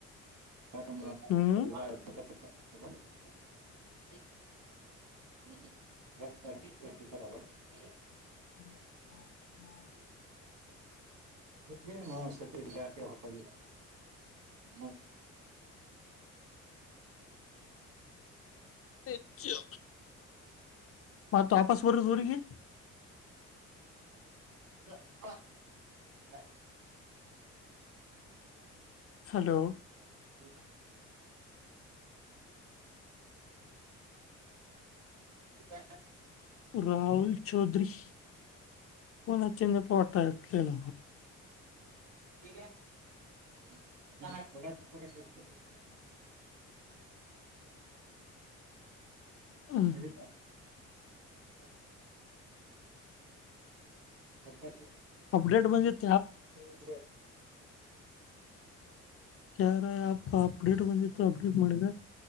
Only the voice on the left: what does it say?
ಹ್ಮ್
ಹ್ಮ್ ಹ್ಮ್ ಹ್ಮ್
ಹೆಚ್ಚು ಮತ್ತ ವಾಪಸ್ ಬರೋದು ಊರಿಗೆ
ಹಲೋ
ರಹುಲ್ ಚೌಧರಿಫೋನ್ ಹಚ್ಚು ಅಂದ್ರೆ ಫೋನ್ ಎತಲಿಲ್ಲ
ಹ್ಮ್
ಅಪ್ಡೆೇಟ್ ಬಂದಿದೆ
ಯಾರ ಅಪ್ಪ ಅಪ್ಡೇಟ್ ಬಂದಿತ್ತು ಅಪ್ಡೇಟ್ ಮಾಡಿದೆ